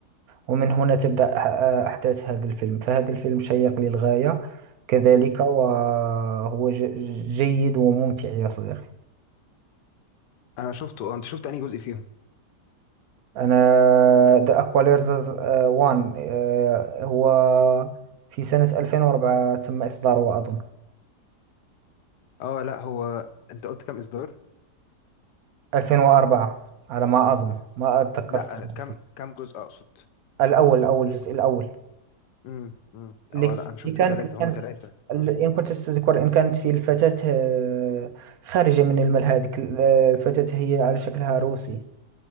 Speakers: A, on the right; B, on the left.
A: ومن هنا تبدأ أح- أحداث هذا الفيلم فهذا الفيلم شيق للغاية كذلك وهو ج- جيد وممتع يا صديقي
B: انا شفته اه انت شفت انهي جزء فيهم
A: أنا The Aqualad وان هو في سنة 2004 تم إصداره أظن
B: اه لا هو انت قلت كام اصدار
A: 2004 على ما أظن ما أتذكر
B: لا
A: السنة
B: آه،
A: بالضبط.
B: كام كام جزء اقصد
A: الأول الأول الجزء الأول
B: امم امم
A: اللي
B: اه لا انا شفت
A: اللي كانت
B: التلاتة
A: اللي
B: هما
A: كانت
B: تلاتة
A: اللي-
B: اه
A: إن كنت تذكر إن كانت في الفتاة آه، خارجة من المال هذيك ال- آه، الفتاة هي على شكلها روسي